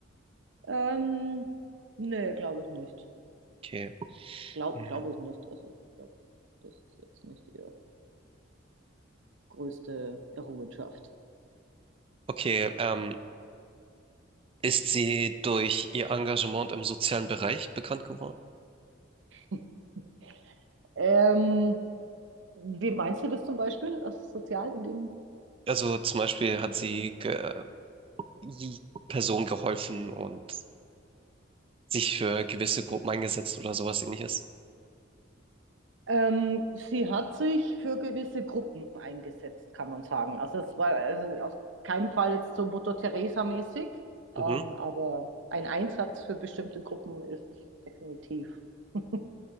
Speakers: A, on the right; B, on the right.
A: Ähm, nee, glaube ich nicht.
B: Okay.
A: Glaub,
B: Mhm.
A: glaube ich nicht. Also, ja, das ist jetzt nicht ihre größte Errungenschaft.
B: Okay, ähm, ist sie durch ihr Engagement im sozialen Bereich bekannt geworden?
A: <laughs> Ähm, Wie meinst du das zum Beispiel, also sozial in dem
B: Also zum Beispiel hat
A: Kontext?
B: sie ge i- Personen geholfen und sich für gewisse Gruppen eingesetzt oder sowas ähnliches.
A: Ähm, sie hat sich für gewisse Gruppen eingesetzt, kann man sagen. Also es war äh, auf keinen Fall jetzt so Mutter Teresa-mäßig, ähm,
B: Mhm.
A: aber ein Einsatz für bestimmte Gruppen ist definitiv. <laughs>